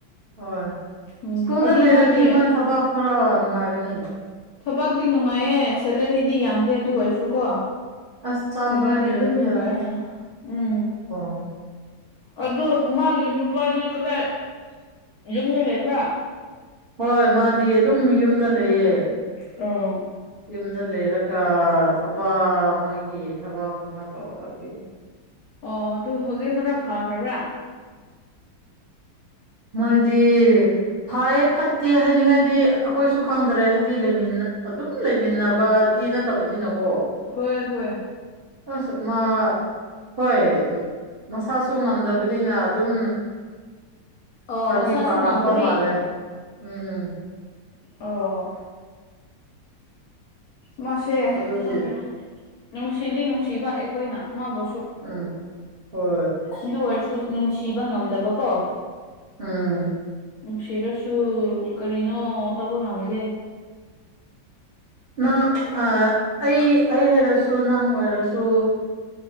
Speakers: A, on the right; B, on the left.
A: ꯍꯣꯏ
B: ꯎꯝ
A: ꯁ꯭ꯀꯨꯜꯗ
B: ꯑꯗꯨ
A: ꯂꯩꯔꯗꯤ
B: ꯃꯥꯒꯤ
A: ꯃꯣꯏ ꯊꯕꯛ ꯈꯔ ꯅꯨꯡꯉꯥꯏꯔꯅꯤ
B: ꯊꯕꯛꯇꯤ ꯅꯨꯡꯉꯥꯏꯌꯦ ꯁꯦꯂꯔꯤꯗꯤ ꯌꯥꯝꯗꯦ ꯑꯗꯨ ꯑꯣꯏꯔꯁꯨꯀꯣ
A: ꯑꯁ ꯆꯥꯅꯤꯡꯉꯥꯏ
B: ꯊꯕꯛꯗꯤ
A: ꯂꯩꯔꯗꯤ
B: ꯑꯗꯨꯝ ꯅꯨꯡꯉꯥꯏ
A: ꯌꯥꯔꯦꯗ
B: ꯍꯥꯏ ꯎꯝ
A: ꯑꯣ
B: ꯑꯗꯨ ꯃꯥꯒꯤ ꯅꯨꯄꯥꯗꯤ ꯀꯗꯥꯏ ꯌꯨꯝꯗ ꯂꯩꯕ꯭ꯔꯥ
A: ꯍꯣꯏ ꯃꯥꯗꯤ ꯑꯗꯨꯝ ꯌꯨꯝꯗ ꯂꯩꯌꯦ
B: ꯑꯣ
A: ꯌꯨꯝꯗꯥ ꯂꯩꯔꯒ ꯊꯕꯥꯛ ꯃꯣꯏꯒꯤ ꯊꯕꯥꯛꯒꯨꯝꯕ ꯇꯧꯔꯒꯗꯤ
B: ꯑꯣ ꯑꯗꯨ ꯍꯧꯖꯤꯛ ꯈꯔ ꯐꯈ꯭ꯔꯥꯕ꯭ꯔꯥ
A: ꯃꯣꯏꯗꯤ ꯐꯩ ꯐꯠꯇꯦ ꯍꯥꯏꯅꯤꯡꯉꯥꯏꯗꯤ ꯑꯩꯈꯣꯏꯁꯨ ꯈꯪꯗꯥꯔꯦ ꯍꯥꯏꯗꯤ ꯂꯩꯃꯤꯟꯅ ꯑꯗꯨꯝ ꯂꯩꯃꯤꯟꯅꯕ ꯗꯤ ꯅꯠꯇꯕꯅꯤꯅꯀꯣ
B: ꯍꯣꯏ ꯍꯣꯏ
A: ꯑꯁ ꯃꯥ ꯍꯣꯏ ꯃꯁꯥꯁꯨ ꯉꯝꯗꯕꯅꯤꯅ ꯑꯗꯨꯝ
B: ꯑꯣ
A: ꯐꯗꯤ
B: ꯃꯁꯥꯁꯨ
A: ꯐꯔꯝꯕ
B: ꯉꯝꯗ꯭ꯔꯤ
A: ꯃꯥꯜꯂꯦ ꯎꯝ
B: ꯑꯣ ꯃꯥꯁꯨ ꯁꯦ
A: ꯑꯗꯨꯒꯤ
B: ꯈꯪꯗꯦ ꯅꯨꯡꯁꯤꯗꯤ ꯅꯨꯡꯁꯤꯕ ꯑꯩꯈꯣꯏꯅ ꯃꯥꯕꯨꯁꯨ
A: ꯎꯝ ꯍꯣꯏ
B: ꯑꯗꯨ ꯑꯣꯏꯔꯁꯨ ꯅꯨꯡꯁꯤꯕ ꯉꯝꯗꯕꯀꯣ
A: ꯎꯝ
B: ꯅꯨꯡꯁꯤꯔꯁꯨ ꯀꯔꯤꯅꯣ ꯇꯧꯕ ꯉꯝꯗꯦ
A: ꯅꯪ ꯑꯥ ꯑꯩ ꯑꯩ ꯍꯥꯏꯔꯁꯨ ꯅꯪ ꯑꯣꯏꯔꯁꯨ